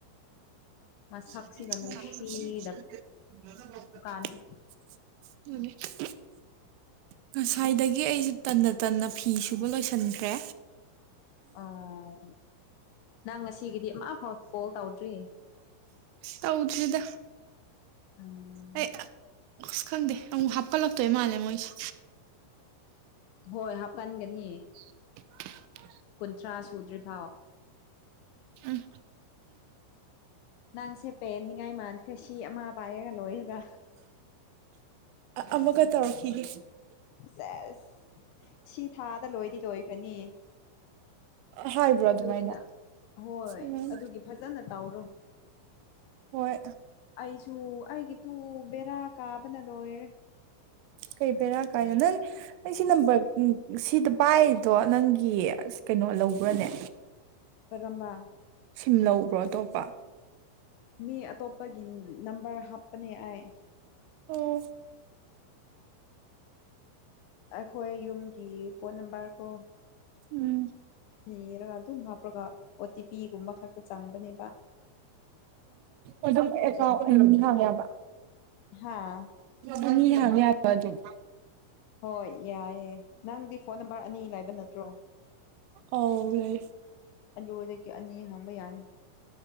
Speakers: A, on the left (about 80°); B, on the right (about 80°).
A: ꯃꯁꯛꯁꯤꯒ
B: <inaudible>
A: ꯅꯨꯡꯁꯤꯗꯕ
B: ꯑꯗꯨꯅꯦ
A: ꯀꯥꯟꯁꯤꯗ
B: ꯉꯁꯥꯏꯗꯒꯤ ꯑꯩꯁꯦ ꯇꯟꯅ ꯇꯟꯅ ꯐꯤ ꯁꯨꯕ ꯂꯣꯏꯁꯤꯟꯈ꯭ꯔꯦ
A: ꯑꯣ ꯅꯪ ꯉꯁꯤꯒꯤꯗꯤ ꯑꯃꯐꯥꯎ ꯀꯣꯜ ꯇꯧꯗ꯭ꯔꯤ
B: ꯇꯧꯗ꯭ꯔꯤꯗ
A: ꯎꯝ
B: ꯑꯩ ꯑꯁ ꯈꯪꯗꯦ ꯑꯃꯨꯛ ꯍꯥꯞꯀꯠꯂꯛꯇꯣꯏ ꯃꯥꯜꯂꯦ ꯃꯣꯏꯁꯦ
A: ꯍꯣꯏ ꯍꯥꯞꯀꯟꯒꯅꯤ
B: <inaudible>
A: ꯀꯨꯟꯊ꯭ꯔꯥ ꯁꯨꯗ꯭ꯔꯤꯐꯥꯎ
B: ꯎꯝ
A: ꯅꯪ ꯁꯦꯄꯦꯟꯅꯤꯡꯉꯥꯏ ꯃꯥꯟꯈ꯭ꯔꯦ ꯁꯤ ꯑꯃ ꯄꯥꯏꯔꯒ ꯂꯣꯏꯔꯒ
B: ꯑꯃꯨꯀ ꯇꯧꯔꯛꯈꯤꯒꯦ
A: ꯁꯦꯁ ꯁꯤ ꯊꯥꯗ ꯂꯣꯏꯗꯤ ꯂꯣꯏꯈꯔꯅꯤ
B: ꯍꯥꯏꯕ꯭ꯔꯣ ꯑꯗꯨꯃꯥꯏꯅ
A: ꯑꯗꯨꯅꯤꯅ ꯍꯣꯏ
B: ꯎꯝ
A: ꯑꯗꯨꯒꯤ ꯐꯖꯅ ꯇꯧꯔꯣ
B: ꯍꯣꯏ
A: ꯑꯩꯁꯨ ꯑꯩꯒꯤꯗꯨ ꯕꯦꯔꯥ ꯀꯥꯕꯅ ꯂꯣꯏꯔꯦ
B: ꯀꯩ ꯕꯦꯔꯥ ꯀꯥꯏꯅꯣ ꯅꯪ ꯑꯩ ꯁꯤ ꯅꯝꯕꯔ ꯁꯤꯗ ꯄꯥꯏꯗꯣ ꯅꯪꯒꯤ ꯑꯁ ꯀꯩꯅꯣ ꯂꯧꯕ꯭ꯔꯅꯦ
A: ꯀꯔꯝꯕ
B: ꯁꯤꯝ ꯂꯧꯕ꯭ꯔꯣ ꯑꯇꯣꯞꯄ
A: ꯃꯤ ꯑꯇꯣꯞꯄꯒꯤ ꯅꯝꯕꯔ ꯍꯥꯞꯄꯅꯦ ꯑꯩ
B: ꯑꯣ
A: ꯑꯩꯈꯣꯏ ꯌꯨꯝꯒꯤ ꯐꯣꯟ ꯅꯝꯕꯔꯀꯣ
B: ꯎꯝ
A: ꯅꯤꯔꯒ ꯑꯗꯨꯝ ꯍꯥꯞꯄꯒ ꯑꯣ ꯇꯤ ꯄꯤꯒꯨꯝꯕ ꯈꯛꯇ ꯆꯪꯕꯅꯦꯕ
B: <inaudible> ꯑꯗꯨꯝ ꯑꯦꯀꯥꯎꯟꯠ ꯑꯅꯤ ꯍꯥꯡ ꯌꯥꯕ
A: ꯍꯥꯥ
B: <inaudible> ꯑꯅꯤ ꯍꯥꯡꯕ ꯌꯥꯕ꯭ꯔ ꯑꯗꯨꯝ
A: ꯍꯣꯏ ꯌꯥꯏꯌꯦ ꯅꯪꯗꯤ ꯐꯣꯟ ꯅꯝꯕꯔ ꯑꯅꯤ ꯂꯩꯕ ꯅꯠꯇ꯭ꯔꯣ
B: ꯑꯧ ꯂꯩ
A: ꯑꯗꯨꯑꯣꯏꯔꯀꯤ ꯑꯅꯤ ꯍꯥꯡꯕ ꯌꯥꯅꯤ